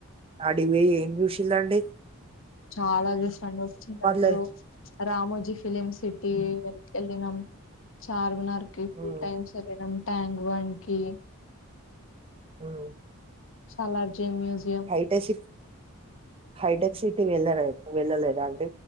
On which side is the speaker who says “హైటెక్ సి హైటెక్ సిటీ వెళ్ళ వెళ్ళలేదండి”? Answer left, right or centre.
Right